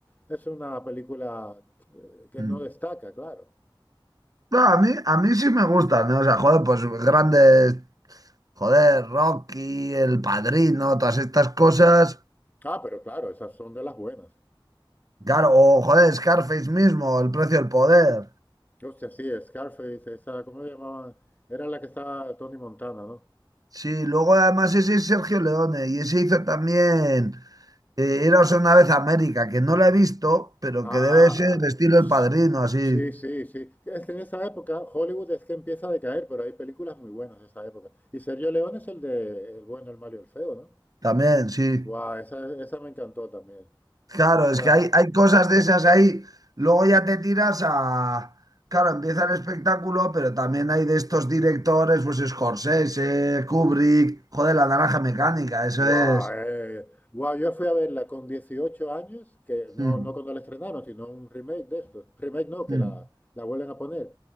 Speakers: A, on the left; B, on the right.
A: es una película eh, que
B: mm.
A: no destaca, claro.
B: No, a mí, a mí sí me gustan, ¿no? O sea, joder, pues grandes, joder, Rocky, El Padrino, todas estas cosas.
A: Ah, pero claro, esas son de las buenas.
B: Claro, o joder, Scarface mismo, El Precio del Poder.
A: Hostia, sí, Scarface, esa, ¿cómo se llamaba? Era la que estaba Tony Montana, ¿no?
B: Sí, luego además ese es Sergio Leone y ese hizo también. Eh, iros una vez a América, que no la he visto, pero
A: Ah,
B: que debe ser estilo
A: s-
B: El Padrino, así.
A: sí, sí, sí. Es que en esa época Hollywood es que empieza a decaer, pero hay películas muy buenas de esa época. Y Sergio León es el de El bueno, el malo y el feo, ¿no?
B: También, sí.
A: Guau, esa, esa me encantó también.
B: Claro,
A: Esa,
B: es que hay, hay cosas de esas ahí. Luego ya te tiras a... Claro, empieza el espectáculo, pero también hay de estos directores, pues Scorsese, Kubrick, joder, La Naranja Mecánica, eso
A: guau,
B: es.
A: eh. Guau, yo fui a verla con 18 años, que no,
B: Mm,
A: no cuando la estrenaron, sino un remake de esto. Remake no, que
B: mm.
A: la, la vuelven a poner.